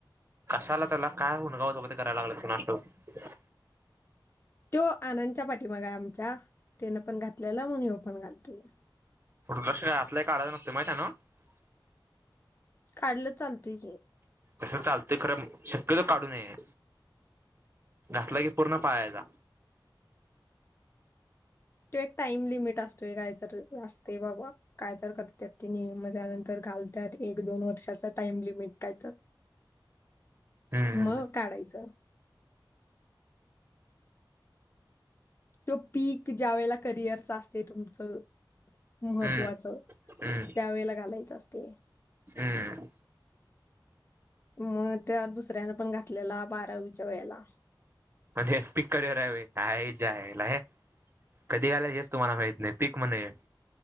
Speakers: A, on the right; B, on the left.
A: कशा आला त्याला काय होनगा उचापत्या करायला लागलं ते कोणास ठाऊक.
B: तो आनंदच्या पाठीमागे. आमच्या तेन पण घातलेला म्हणून ये पण घालतोय
A: शरतला काढला नसते माहित्यान <unintelligible>
B: काढलं चालतय ये की
A: तस चालतंय खरं शक्यतो काढू नये घातला की पूर्ण पाळायाचा.
B: तो एक टाइम लिमिट असतोय काहीत असते बाबा. काय तर करत ति म त्यानंतर घालतात एक दोन वर्षाचा टाइम लिमिट काय तर.
A: हम्म
B: मग काढायचं तो पीक ज्या वेळेला करिअरचा असते तुमचं. महत्वाचं
A: हम्म हम्म.
B: त्यावेेळेला घालायचं असते.
A: हम्म
B: मग त्या दुसऱ्याने पण घातलेला बारावीच्या वेळेला.
A: म्हणजे पीक करियर आहे होय काय त्याच्या आयला कधी घालायचेस तुम्हाला माहित नाही पीक म्हणे.